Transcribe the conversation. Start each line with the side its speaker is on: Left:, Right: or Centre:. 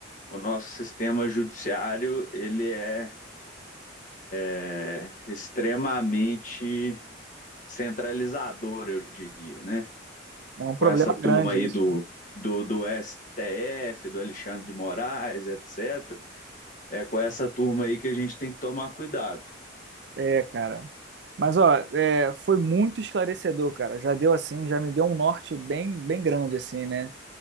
Left: O nosso sistema judiciário ele é, é extremamente centralizador, eu diria, né?
Right: É um problema
Left: Com essa turma
Right: grande
Left: aí
Right: isso,
Left: do,
Right: né?
Left: do, do STF, do Alexandre de Moraes, etc. É com essa turma aí que a gente tem que tomar cuidado.
Right: É, cara. Mas, ó, é, foi muito esclarecedor, cara. Já deu assim, já me deu um norte bem, bem grande, assim, né?